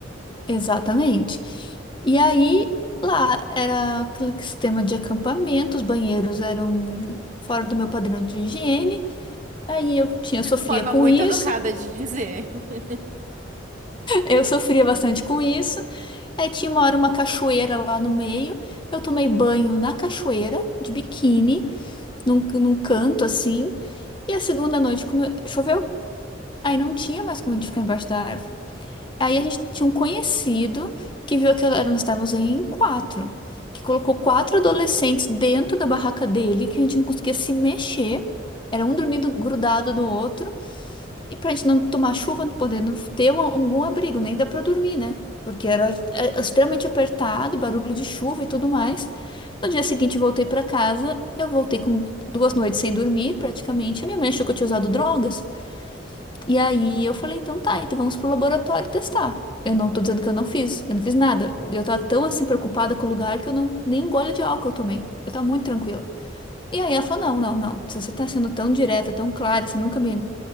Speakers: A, on the left; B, on the right.
A: exatamente. E aí lá era aquele sistema de acampamento, os banheiros eram fora do meu padrão de higiene. Aí eu tinha sofria
B: Forma
A: com
B: muito
A: isso.
B: educada
A: <laughs>
B: de dizer. <laughs>
A: Eu sofria bastante com isso. Aí tinha uma hora uma cachoeira lá no meio. Eu tomei banho na cachoeira, de biquíni, num, num canto assim. E a segunda noite come- choveu. Aí não tinha mais como a gente ficar embaixo da árvore. Aí a gente tinha um conhecido que viu que nós estávamos em quatro, que colocou quatro adolescentes dentro da barraca dele, que a gente não conseguia se mexer. Era um dormindo grudado no outro, e pra gente não tomar chuva, não podendo ter um- algum abrigo, nem dá pra dormir, né? Porque era é, é extremamente apertado, barulho de chuva e tudo mais. No dia seguinte, eu voltei pra casa, eu voltei com duas noites sem dormir, praticamente. A minha mãe achou que eu tinha usado drogas. E aí eu falei, então tá, então vamos pro laboratório testar. Eu não tô dizendo que eu não fiz, eu não fiz nada. Eu tava tão assim preocupada com o lugar que eu não nem um gole de álcool eu tomei. Eu tava muito tranquila. E aí ela falou: "Não, não, não. Se você tá sendo tão direta, tão clara, você nunca me